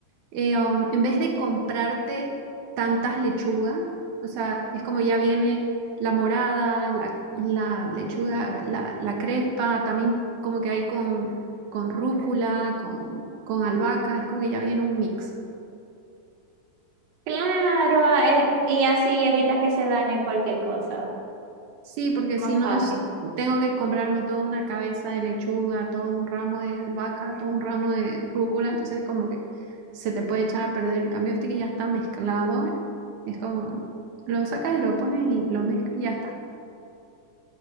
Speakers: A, on the right (about 75°); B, on the right (about 45°).
A: eh, um, en vez de comprarte tantas lechugas, o sea, es como ya viene la morada, la, la lechuga, la, la crespa, también como que hay con, con rúcula, con, con albahaca, es como que ya viene un mix.
B: Claro, a- eh, y así evitas que se dañe cualquier cosa.
A: Sí, porque
B: Más
A: si no
B: fácil.
A: s- tengo que comprarme toda una cabeza de lechuga, todo un ramo de albahaca, todo un ramo de rúcula, entonces como que se te puede echar a perder. En cambio, este que ya está mezclado, es como lo sacas y lo pones y lo mezclas y ya está.